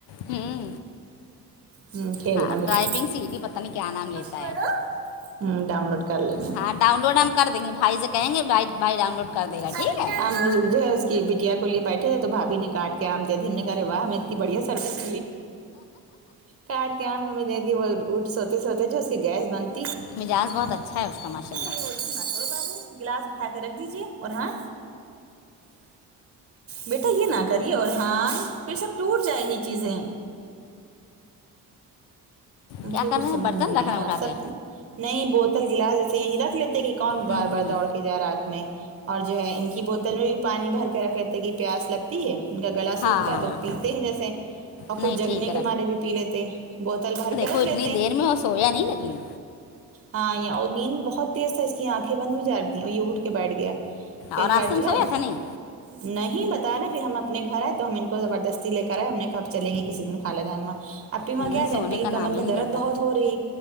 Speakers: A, on the left; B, on the right.
A: ہوں
B: ہ کھیلنا
A: ہاں ڈرائیونگ
B: بیٹا
A: سیدھی پتہ نہیں کیا نام لیتا
B: کرو
A: ہے
B: ہ ڈاؤن لوڈ کر لیں گے
A: ہاں ڈاؤن لوڈ ہم کر دیں گے بھائی سے کہیں گے بھائی بھائی ڈاؤن لوڈ کر دے گا ٹھیک
B: آج
A: ہے
B: میں جہز کی ویڈیو کو لیے بیٹھے تھ توبھابی نے کاٹ کے آام دے دی ہم نے کہ رہے واہ ہمیں اتنی بڑیا سروس کاٹ کے آم ہم دے دی وہ اٹ سوتے سوتے جو اس کی گیس بند
A: مزاج بہت اچھا ہے اس کا ماشاء اللہ
B: یہ نہ کرو بابو گلاس اٹھا کے رکھ دیجیے اور ہاں بیٹا یہ نہ کریے او ارحان پھر سب ٹوٹ جائیں گی چیزیں ان
A: کیا
B: کے
A: کر
B: کچھ
A: رہے
B: سمجھ
A: ہیں برتن
B: میں نہیں
A: رکھ
B: آ
A: رہے ہیں
B: رہا
A: اٹھا
B: سب
A: کے
B: نہیں بوتل گلاس جیسے یہی رکھ لیتے کہ کون
A: ہوں
B: بار بار
A: ہوں
B: دوڑ کے جا رات میں اور جو ہے ان کی بوتل میں بھی پانی بھر کے رکھ لیتے ہیں کہ پیاس لگتی ہے ان کا گلا
A: ہاں
B: سوکھتا ہے
A: ہاں
B: تو پیتے ہیں جیسے اور
A: نہیں
B: کچھ جگنے
A: ٹھیک ہے
B: کے مارے بھی پی لیتے بوتل بھر کے
A: تو
B: رکھ
A: اتنی
B: لیتے
A: دیر
B: ہیں
A: میں اور سویا نہیں لیکن
B: ہاں یہ اور نیند بہت تیز تھا اس کی آنکھیں بند ہو جا رہی ہیں اور یہ اٹھ کے بیٹھ گیا پے
A: اور آج
B: کار
A: تم
B: جو ہے
A: سویا تھا نہیں
B: نہیں بتاے پھر ہم اپنے گھر آئے تو ہم ان کو زبردستی لے کر آئے ہم نے کہا پھر چلیں گے کسی دن خالہ جان ایما
A: ہوں
B: کیا جائیں
A: سونے
B: اپی کی
A: کا نام
B: کمر
A: ہی
B: میں
A: نہیں
B: درد
A: لیتا
B: بہت ہو رہی